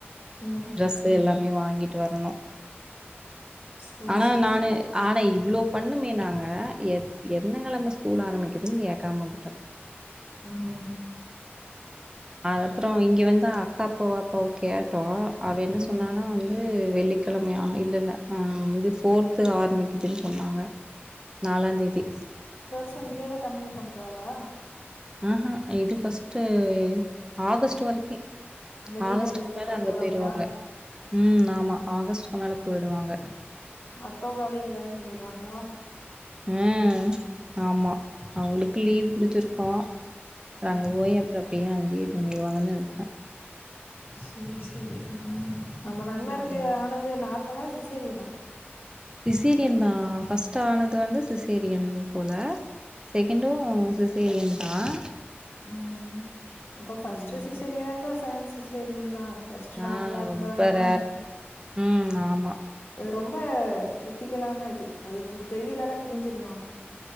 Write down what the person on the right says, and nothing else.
ட்ரெஸ்ஸு எல்லாமே வாங்கிட்டு வரணும்
ஆனா
நானு
ஆனா இவ்வளோ பண்ணுமே நாங்க எத் என கெழம ஸ்கூல் ஆரம்பிக்கக்குதுன்னு கேக்காம வந்துட்டோம்
அப்புறோம் இங்க வந்து அக்கா அப்பாவ அப்பாவ கேட்டோம் அவ என்ன சொன்னனா
வந்து வெள்ளிக்கெழமையா ஆ இல்லல்ல இது போர்து ஆர்மிக்கு இப்பிடி சொன்னாங்க நாலாந்தேதி
ஆஹஹா இது ஃபர்ஸ்ட்டுஆகஸ்ட் வரைக்கும்
ஆகஸ்டுக்கு
மேல அங்க
போயிருவாங்க ம் ஆமா ஆகஸ்ட்கு மேல போயிடுவாங்க
ம் ஆமா அவுங்ளுக்கு லீவ் புடிச்சிருக்கோம் <unintelligible>
அங்கே தங்கிருவாங்கன்னு நெனைக்கிறன்
ம்
சிசீரியன் தான் ஃபஸ்ட் ஆனது வந்து சிசேரியன் போல செகண்டும் சிசேரியன் தான்
ம்
ஆ
ரொம்ப
ரேர் ம் ஆமா